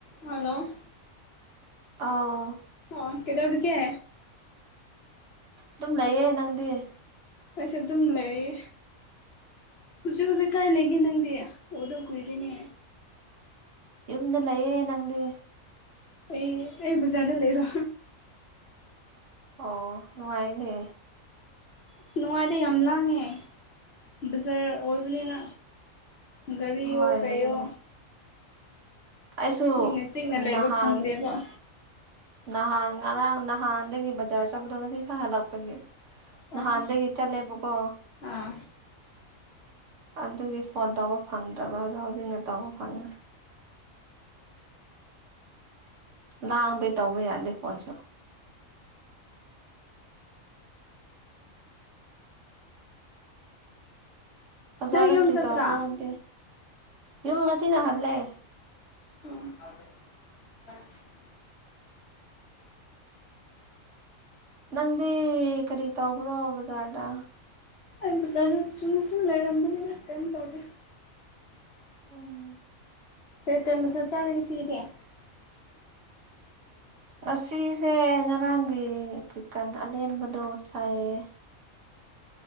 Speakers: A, on the left (about 55°); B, on the right (about 65°).
A: Hello!
B: ꯑꯥꯎ꯫
A: ꯑꯣ ꯀꯩꯗꯧꯔꯤꯒꯦ?
B: ꯑꯗꯨꯝ ꯂꯩꯌꯦ꯫ ꯅꯪꯗꯤ?
A: ꯑꯩꯁꯨ ꯑꯗꯨꯝ ꯂꯩꯌꯦ꯫ ꯍꯨꯖꯤꯛ ꯍꯨꯖꯤꯛ ꯀꯥꯏ ꯂꯩꯒꯦ ꯅꯪꯗꯤ ꯎꯗꯥꯕ ꯀꯨꯏꯔꯦꯅꯦ꯫
B: ꯌꯨꯝꯗ ꯂꯩꯌꯦ, ꯅꯪꯗꯤ?
A: ꯑꯩ ꯑꯩ ꯕꯖꯥꯔꯗ ꯂꯩꯕ꯫
B: ꯑꯣ ꯅꯨꯡꯉꯥꯏꯅꯦ꯫
A: ꯑꯁ ꯅꯨꯡꯉꯥꯏꯗꯦ ꯌꯥꯝ ꯂꯥꯡꯉꯦ ꯕꯖꯥꯔ ꯑꯣꯏꯕꯅꯤꯅ꯫ ꯒꯔꯤꯌꯣ
B: ꯍꯣꯏ
A: ꯀꯩꯌꯣ꯫
B: ꯑꯗꯨꯅꯦ ꯑꯩꯁꯨ
A: ꯏꯪꯅ ꯆꯤꯛꯅ ꯂꯩꯕ
B: ꯅꯍꯥꯟ,
A: ꯐꯪꯗꯦꯕ
B: ꯅꯍꯥꯟ ꯉꯔꯥꯡ ꯅꯍꯥꯟꯗꯒꯤ ꯕꯖꯥꯔ ꯆꯠꯄꯗꯣ ꯉꯁꯤ ꯈꯛ ꯍꯜꯂꯛꯄꯒꯤ꯫ ꯅꯍꯥꯟꯗꯒꯤ
A: ꯑꯣ
B: ꯆꯠꯂꯦꯕꯀꯣ꯫
A: ꯑꯥ
B: ꯑꯗꯨꯒꯤ ꯐꯣꯟ ꯇꯧꯕ ꯐꯪꯗ꯭ꯔꯕ ꯑꯗꯣ ꯍꯧꯖꯤꯛꯅ ꯇꯧꯕ ꯐꯪꯉꯦ꯫ ꯂꯥꯡꯕꯩ ꯇꯧꯕ ꯌꯥꯗꯦ ꯐꯣꯟꯁꯨ꯫ ꯑꯣꯖꯥꯔꯗ
A: ꯅꯪ ꯌꯨꯝ
B: ꯀꯔꯤ
A: ꯆꯠꯇ꯭ꯔꯥ
B: ꯇꯧꯕ꯭ꯔꯣ ꯅꯪꯗꯤ? ꯌꯨꯝ ꯉꯁꯤꯅ ꯍꯜꯂꯦ꯫
A: ꯎꯝ <unintelligible>
B: ꯅꯪꯗꯤ ꯀꯔꯤ ꯇꯧꯕ꯭ꯔꯣ ꯕꯖꯥꯔꯗ?
A: ꯑꯩ ꯕꯖꯥꯔꯗ ꯆꯨꯝꯅ ꯁꯨꯝ ꯂꯩꯔꯝꯕꯅꯤꯗ ꯀꯩꯝ ꯇꯧꯗꯦ꯫
B: ꯎꯝ
A: ꯀꯩ-ꯀꯩ ꯃꯊꯦꯜ ꯆꯥꯔꯦ ꯉꯁꯤꯒꯤꯗꯤ? <inaudible>
B: ꯉꯁꯤꯁꯦ ꯉꯔꯥꯡꯒꯤ ꯆꯤꯀꯟ ꯑꯂꯦꯝꯕꯗꯣ ꯆꯥꯏꯌꯦ꯫